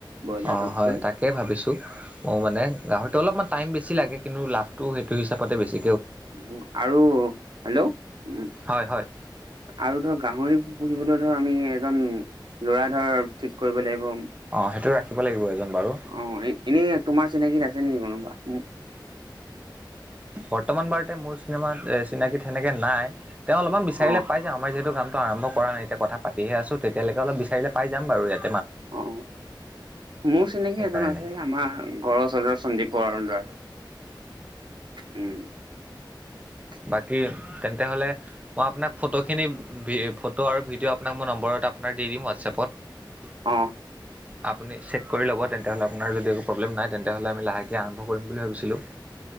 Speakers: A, on the right; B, on the right.
A: ব্ৰইলাৰটোতকৈ
B: অঁ হ'য়, তাকে ভাৱিছোঁ। মো মানে গাহৰিটো অলপমান টাইম বেছি লাগে। কিন্তু লাভটো সেইটো হিচাপতে বেছি।
A: উম, আৰু হেল্ল! উম
B: হয় হয়
A: আৰু ধৰ গাহৰি পুঁহিবলৈ ধৰ আমি এজন ল'ৰা ধৰ ঠিক কৰিব লাগিব।
B: অঁ সেইটো, ৰাখিব লাগিব এজন। বাৰু
A: অঁ, এ এনে তোমাৰ চিনাকিত আছে নেকি কোনোবা? ওঁ
B: বৰ্তমান বাৰতে মোৰ চিনেমাত এ চিনাকিত সেনেকে নাই। তেওঁ অলপমান বিচাৰিলে
A: অ',
B: পায় যে। আমাৰ যিহেতু কামটো আৰম্ভ কৰা নাই। এতিয়া কথা পাতিহে আছোঁ। তেতিয়ালৈকে অলপ বিচাৰিলে পাই যাম বাৰু ইয়াত।
A: অঁ, মোৰ চিনাকি
B: সেইকাৰণে
A: এজন আছে। আমাৰ ঘৰৰ ওৰৰ সন্দীপ বড়াৰ ল'ৰা। উম।
B: বাকি, তেন্তেহ'লে মই আপোনাক ফটোখিনি, বি এ ফটো আৰু ভিডিঅ' আপোনাক মোৰ নম্বৰত তাৰপৰা দি দিম হোৱাটছএপত।
A: অঁ
B: আপুনি চেক কৰি ল'ব তেন্তে হ'লে। আপোনাৰ যদি একো প্ৰব্লেম নাই। তেন্তে হ'লে আমি লাহেকে আৰম্ভ কৰিম বুলি ভাৱিছিলোঁ।